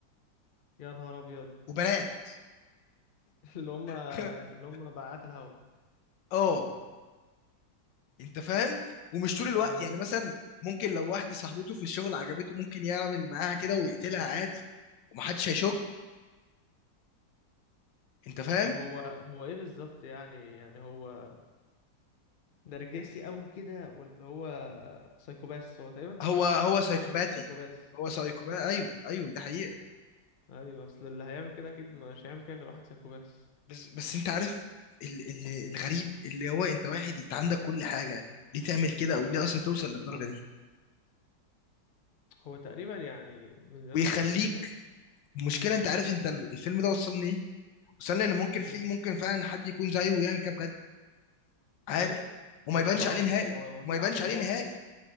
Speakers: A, on the left (about 60°); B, on the left (about 80°).
A: يا نهار ابيض
B: وبنات
A: <laughs> اللي هم اللي
B: <laughs>
A: هم بعات الهوا
B: اه انت فاهم ومش طول الوقت
A: اه
B: يعني مثلا ممكن لو واحده صاحبته في الشغل عجبته ممكن يعمل معاها كده ويقتلها عادي ومحدش هيشك انت فاهم
A: طب هو هو ايه بالظبط يعني يعني هو نرجسي قوي كده ولا هو سايكوباس هو تقريبا
B: هو
A: شكلك
B: هو
A: شكله
B: سايكوباتي
A: شكله سايكوباس
B: هو سايكوباتي
A: صح
B: ايوه ايوه ده حقيقه
A: ايوه اصل اللي هيعمل كده اكيد مش هيعمل كده غير واحد سايكوباس
B: بس بس انت عارف ال ال الغريب اللي هو انت واحد انت عندك كل حاجه ليه تعمل كده او ليه اصلا توصل للدرجه دي
A: هو تقريبا يعني من اللي
B: ويخليك
A: انا فهمته منك
B: المشكله انت عارف انت الفيلم ده وصلني ايه وصلني ان ممكن
A: ايه
B: في ممكن فعلا حد يكون زيه ويعمل كده بجد عادي
A: ايوه
B: وما
A: من الفراغ
B: يبانش عليه نهائي
A: هو هو
B: وما
A: كده
B: يبانش
A: عنده فراغ
B: عليه نهائي
A: صح